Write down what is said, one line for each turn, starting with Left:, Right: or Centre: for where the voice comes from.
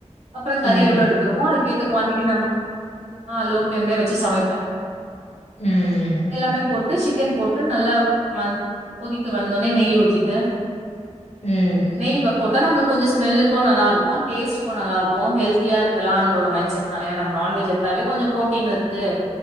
Right: அப்றோ கறி
Left: ம்
Right: எவ்ளோ எடுக் க்குறோமோ அதுக்கேத்த குவாண்டி நம்ம அ லோ பிளம்லே வச்சுட் சமைப்பே
Left: ம் ம்
Right: எல்லாமே போட்டு சிக்கன் போட்டு நல்லா வந் கொதிக்க வந் தோனே நெய் ஊத்திட்டு
Left: ம்
Right: நெய் வ போட்டா நம்மளுக்கு கொஞ்ச ஸ்மெலுக்கு நல்லா இருக்கு டேஸ்டுக்கு நல்லா இருக்கு ஹெல்தியா இருக்கலான்ற ஒரு மைண்ட் செட் னா ஏனா நம்ம நான்வெஜ் எடுத்தாவே கொஞ்சோ ப்ரோட்டீன் இருக்கு